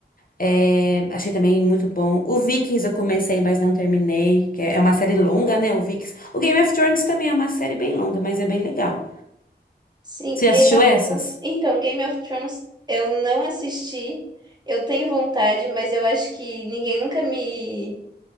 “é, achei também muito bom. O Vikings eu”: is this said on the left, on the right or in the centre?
Left